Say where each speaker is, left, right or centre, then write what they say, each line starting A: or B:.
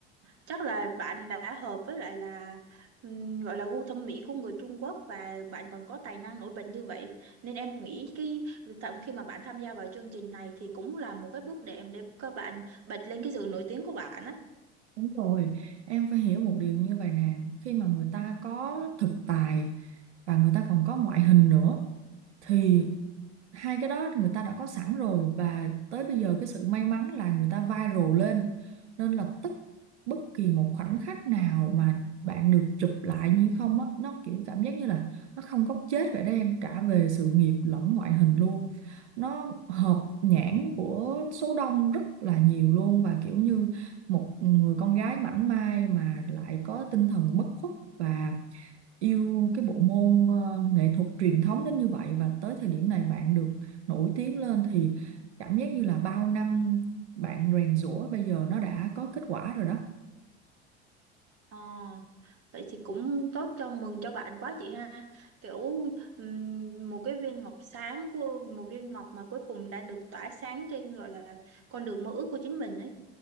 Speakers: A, on the right; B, on the right.
A: chắc là bạn đã hợp với lại là ừm, gọi là gu thẩm mỹ của người Trung Quốc và bạn còn có tài năng nổi bật như vậy nên em nghĩ cái thậm khi mà bạn tham gia vào chương trình này thì cũng là một cái bước đệm để các bạn bật lên cái sự nổi tiếng của bạn á.
B: đúng rồi em phải hiểu một điều như vậy nè khi mà người ta có thực tài và người ta còn có ngoại hình nữa thì hai cái đó người ta đã có sẵn rồi và tới bây giờ cái sự may mắn là người ta viral lên nên là tức bất kỳ một khoảnh khắc nào mà bạn được chụp lại như không á nó kiểu cảm giác như là nó không góc chết vậy đó em cả về sự nghiệp lẫn ngoại hình luôn nó hợp nhãn của số đông rất là nhiều luôn và kiểu như một người con gái mảnh mai mà lại có tinh thần bất khuất và yêu cái bộ môn ờ, nghệ thuật truyền thống đến như vậy và tới thời điểm này bạn được nổi tiếng lên thì cảm giác như là bao năm bạn rèn giũa bây giờ nó đã có kết quả rồi đó
A: Ờ, vậy thì cũng tốt cho mừng cho bạn quá chị ha. Kiểu ừm, một cái viên ngọc sáng của một viên ngọc mà cuối cùng đã được tỏa sáng trên gọi là con đường mơ ước của chính mình ấy.